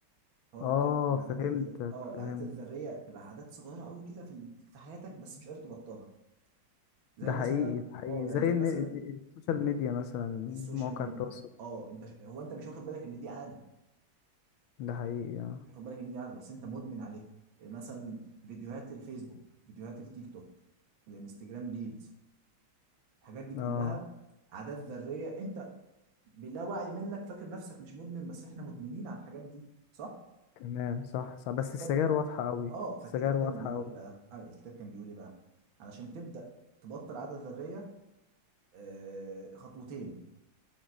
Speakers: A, on the right (about 70°); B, on the left (about 80°).
A: فهو بيتكلم
B: اه
A: العادات
B: فهمتك
A: الذ... اه العادات
B: فهمت
A: الذرية بتبقى عادات صغيرة قوي كده في ال- في حياتك بس مش قادر تبطلها زي
B: ده
A: مثلا
B: حقيقي ده حقيقي
A: اه يعني
B: زي
A: زي
B: ان
A: مثلا
B: ال- السوشيال ميديا مثلا
A: السوشيال
B: مواقع
A: ميديا
B: التواصل
A: اه انت ش... هو انت مش واخد بالك ان دي عاده
B: ده حقيقي اه
A: مش واخد بالك ان دي عاده بس انت مدمن عليها يعني مثلا فيديوهات الفيسبوك فيديوهات التيك توك الانستجرام ريلز الحاجات دي كلها
B: اه
A: عادات ذريه انت بلا وعي منك فاكر نفسك مش مدمن بس احنا مدمنين على الحاجات دي صح
B: تمام صح صح بس
A: الكتاب
B: السجاير
A: كان
B: واضحة قوي
A: اه فالكتاب
B: السجاير
A: كان
B: واضحة
A: بيقول
B: قوي
A: ايه بقى آه الكتاب كان بيقول ايه بقى علشان تبدا تبطل عاده ذريه آه خطوتين